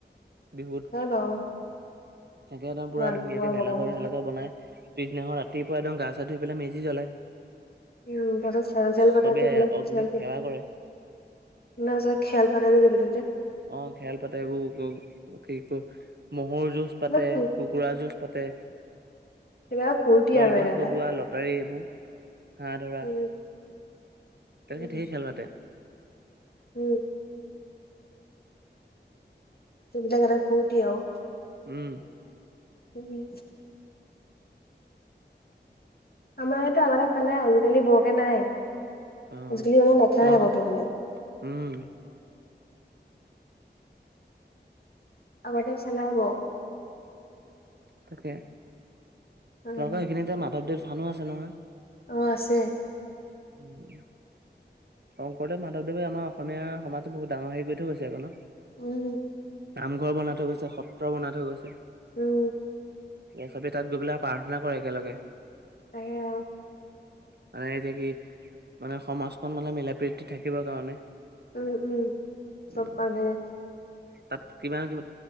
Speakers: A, on the right; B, on the left.
A: বিহুত
B: নাই বাৰু
A: একে একদম পুৰা
B: নাই
A: ধুনীয়াকে ভেলাঘৰ
B: বগা পিঠা।
A: চেলাঘৰ বনাই। পিছদিনাখন ৰাতিপুৱা একদম গা ছা ধুই পেলাই মেজি জ্বলাই।
B: উম, তাৰপিছত চেল চেল পাতাতো
A: চবে অগ্নিক সেৱা
B: <unintelligible>
A: কৰে
B: আমাৰ ওচৰত খেল পাটে যে যতে ত'তে।
A: অ', খেল পাতে এইবোৰ কি কয় মহৰ জুজ
B: এইবিলাক
A: পাতে
B: ফু-
A: কু কুকৰা যুঁজ পাতে,
B: সেইবিলাক ফূৰ্তি
A: কলগছ
B: আৰু এটা এটা।
A: বগোৱা লটাৰী এইবোৰ হাঁহ ধৰা,
B: উম,
A: তেনেকে
B: উম,
A: ধেৰ খেল পাতে।
B: উম, সেইবিলাক এটা ফূৰটি আৰু।
A: উম,
B: <inaudible> আমাৰ ইয়াতো আগতে খেলে আজিকালি বৰকে নাই
A: অ
B: আজিকালি নেখেলে
A: তোমালোকৰ
B: বৰকে মানে।
A: উম,
B: আগতে খেলাব
A: তাকে তোমালোকৰ
B: উম,
A: সেইখিনিতে মাধৱদেৱ থানো আছে নহয়।
B: অ', আছে।
A: উম, শংকৰদেৱ মাধৱদেৱে আমাৰ অসমীয়া সমাজটো বহুত ডাঙৰ হেৰি কৰি থৈ গৈছে আকৌ ন।
B: উম,
A: নামঘৰ বনাই থৈ গৈছে সত্ৰ বনাই থৈ গৈছে
B: উম,
A: এই চবে তাত গৈ পেলাই প্ৰাৰ্থনা কৰে একেলগে।
B: তাই হেইয়া
A: মানে এতিয়া কি মানে সমাজখন মানে মিলা প্ৰীতিকে থাকিবৰ কাৰণে।
B: উম, উম চব
A: উম
B: মানুহে
A: তাত কিমান কিমান